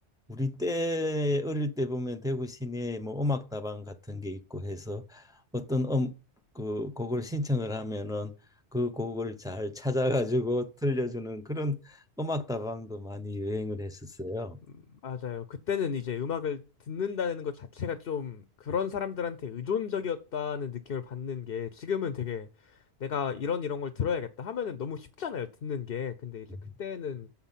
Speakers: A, in the centre; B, on the left.
A: 우리 때 어릴 때 보면 대구 시내에 뭐 음악다방 같은 게 있고 해서 어떤 음 그 곡을 신청을 하면은 그 곡을 잘 찾아가지고 들려주는 그런 음악다방도 많이 유행을 했었어요.
B: 음, 맞아요. 그때는 이제 음악을 듣는다는 것 자체가 좀 그런 사람들한테 의존적이었다는 느낌을 받는 게 지금은 되게 내가 이런 이런 걸 들어야겠다 하면은 너무 쉽잖아요. 듣는 게. 근데 이제
A: 네.
B: 그때는